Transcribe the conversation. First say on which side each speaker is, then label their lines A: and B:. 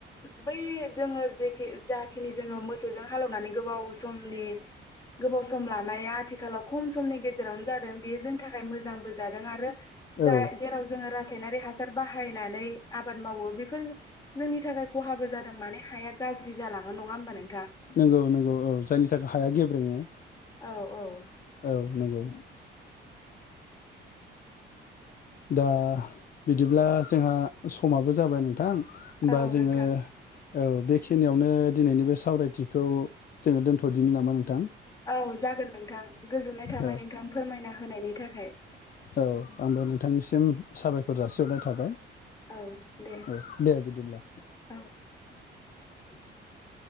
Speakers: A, on the left (about 15°); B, on the left (about 45°).
A: बै जोंङो जेखो जा जाखिनि जोंङो मोसौजों हालोवनानै गोबाव समनि गोबाव सम लानाया आथिखालाव खम समनि गेजेरावनो जादों बेयो जों थाखाय मोजांबो जादों आरो जा
B: औ
A: जेराव जोंङो रास रायसायनारि बाहायनानै आबाद मावो बेफोर जोंनि थाखाय खहाबो जादों माने हाया गा गाज्रि जालाङो नङा होनबा नों
B: नोंगौ नोंगौ औ जायनि थाखाय हाया गेब्रेङो।
A: औ औ।
B: औ नोंगौ। दा बिदिब्ला जोंहा समाबो जाबाय नोंथां
A: औ
B: बा जोंङो
A: नोंथां
B: औ बेखिनियावनो दिनैनि बे सावरायथिखौ जोङो दोन्थदिनि नामा नोंथां?
A: औ जागोन नोंथां गोजोननाय थाबाय
B: औ
A: नोंथां फोरमायना होनायनि थाखाय।
B: औ आंबो नोंथांनिसिम साबायखर जासिहरनाय थाबाय।
A: औ दे
B: औ दे बिदिब्ला।
A: औ <inaudible>